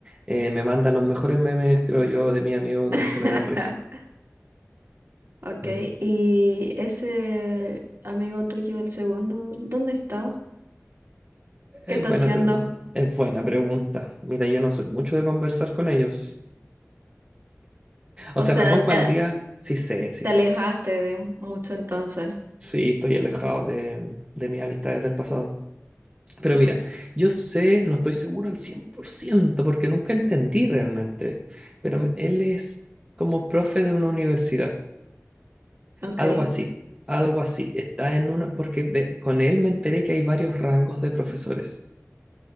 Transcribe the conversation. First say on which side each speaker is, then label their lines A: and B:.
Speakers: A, on the right; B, on the right.
A: Eh, me manda los mejores memes, creo yo, de mis amigos, de
B: <laughs>
A: los que me dan risa.
B: Ok,
A: Mm.
B: y ese amigo tuyo, el segundo, ¿dónde está?
A: Es
B: ¿Qué está
A: buena
B: haciendo?
A: pregunta. Es buena pregunta. Mira, yo no soy mucho de conversar con ellos.
B: O
A: O sea,
B: sea,
A: me pongo
B: te,
A: al día, sí sé, sí
B: te
A: sé.
B: alejaste de mucho entonces.
A: Sí, estoy alejado de, de mis amistades del pasado. Pero mira, yo sé, no estoy seguro al 100% porque nunca entendí realmente, pero me- él es como profe de una universidad,
B: Ok,
A: algo así, algo así. Está en una, porque de- con él me enteré que hay varios rangos de profesores.